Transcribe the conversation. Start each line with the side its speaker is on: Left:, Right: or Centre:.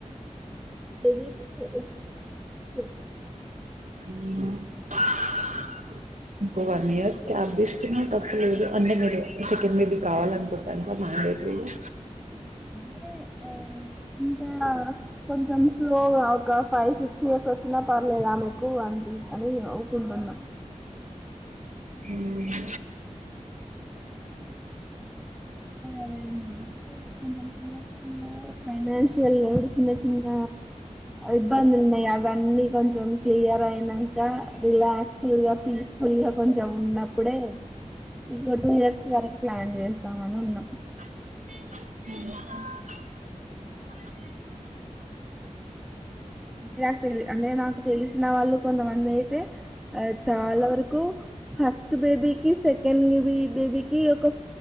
Centre: <unintelligible>
Right: ఉమ్ ఇంకో వన్ ఇయర్ గ్యప్ తీస్కున్న తప్పు లేదు అంటే మీరు సెకండ్ బేబీ కావాలన్కుంటే పాపం ఆయన్ <inaudible>
Centre: అంటే ఒ ఇంకా కొంచెం స్లో ఒక ఫైవ్ సిక్స్టీ ఇయర్స్ వచ్చినా పర్లేదు మీకు అ ను ఔకుంటున్న
Right: ఉమ్
Centre: అదే మా కూడా కొంచం చిన్న చిన్న ఫైనాన్సియల్ లోడ్ చిన్న చిన్న ఇబ్బందులు ఉన్నాయి అవన్నీ కొంచెం క్లియర్ అయినాక రిలాక్స్ఫుల్ గా పీస్ ఫ్రీ గా కొంచెం ఉన్నప్పుడే ఇంక టూ ఇయర్స్ వరకు ప్లాన్ చేస్తాం అని ఉన్నాం
Right: ఊహ్మ్మ్
Centre: అంటే నాకు తె అంటే నాకు తెలిసిన వాళ్ళు కొంతమంది అయితే ఆ చాలా వరకు కు హ ఫస్ట్ బేబీకి సెకండ్ బేబీకి ఒక